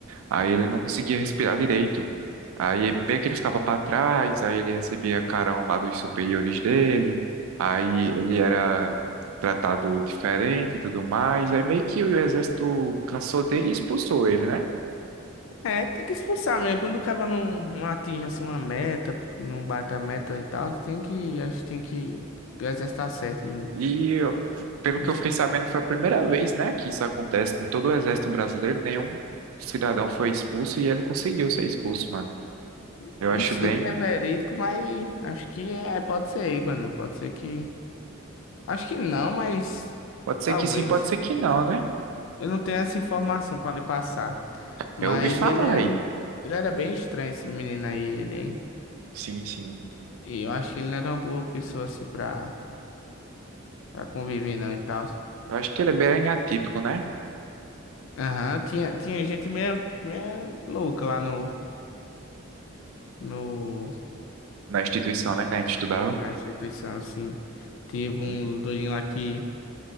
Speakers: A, on the right (about 80°); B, on the left (about 65°).
A: Aí ele não conseguia respirar direito. Aí meio que ele ficava para trás, aí ele recebia carão lá dos superiores dele, aí ele era tratado diferente e tudo mais, aí meio que o exército cansou dele e expulsou ele, né?
B: É, tem que expulsar mesmo. Quando o cara não, não atinge assim uma meta, porque não bate a meta e tal, tem que, acho que tem que, o exército tá certo em,
A: E pelo que
B: em expulsar.
A: eu fiquei sabendo, foi a primeira vez, né, que isso acontece em todo o exército brasileiro, nenhum cidadão foi expulso e ele conseguiu ser expulso, mano. Eu
B: Não
A: acho
B: sei
A: bem,
B: se é verídico, mas acho que é, pode ser aí, mano. Pode ser que, acho que não, mas
A: pode
B: talvez.
A: ser que sim, pode ser que não, né?
B: Eu não tenho essa informação pra lhe passar. Mas
A: Eu ouvi falar
B: ele era,
A: aí.
B: ele era bem estranho, esse menino aí, ele. hein.
A: Sim, sim.
B: E eu acho que ele não era uma boa pessoa assim pra, pra conviver, não e tal.
A: Eu acho que ele é bem atípico, né?
B: Aham, tinha, tinha gente meio, meio louca lá no, no,
A: Na instituição, né, que a gente estudava.
B: na instituição, assim. Teve um
A: Hum?
B: doidinho lá que